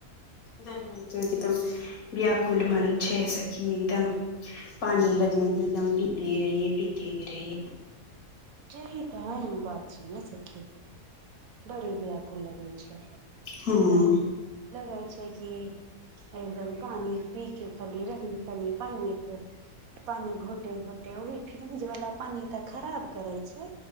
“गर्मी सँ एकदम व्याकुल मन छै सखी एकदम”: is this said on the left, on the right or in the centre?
Left